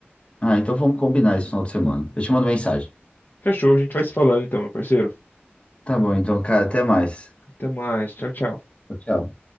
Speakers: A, on the left; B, on the left.
A: Ah, então vamos combinar esse final de semana. Eu te mando mensagem.
B: Fechou, a gente vai se falando então, meu parceiro.
A: Tá bom, então, cara, até mais.
B: Até mais. Tchau, tchau.
A: tchau.